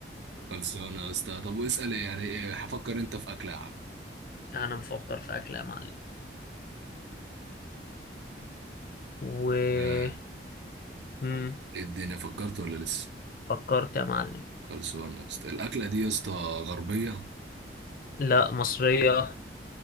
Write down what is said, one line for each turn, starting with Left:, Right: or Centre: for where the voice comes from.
Right: خلصانه يا اسطى طب واسال يعني ايه هفكر انت في اكله يا عم
Left: انا مفكر في اكل يا معلم و
Right: آه،
Left: مم.
Right: ايه الدنيا فكرت ولا لسه
Left: فكرت يا معلم
Right: خلصانة يا اسطى الأكلة دي يا اسطى غربية
Left: لا مصرية